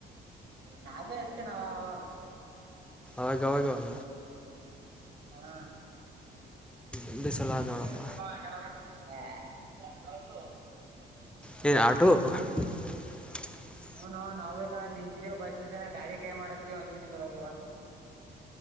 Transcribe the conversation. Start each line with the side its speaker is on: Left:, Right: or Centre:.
Right: ನಾನೇ ಹಸ್ತೇನೆ ಅವಾಗ ಅವಾಗ
Centre: ಆಗವ ಗವಾಗ
Right: ಹ
Centre: ಒಂದೇ ಸಲ ಆದ್ ನೋಡಪ್ಪ
Right: ಸ್ಪ ಅ ಅಟಸ
Centre: ನನು ಆಟೋಪ್ಪ <inaudible>
Right: ಹ್ ನಾವ್ ಬೇಕಾ ನಿನ್ಂತಿದವ ಬಸ್ ಇಂತ ಗಾಡಿ ಕೈ ಮಾಡತ್ತ ಒಂದ್ವಿ ನಿೋಗ್ಯವ ಹ್ಮ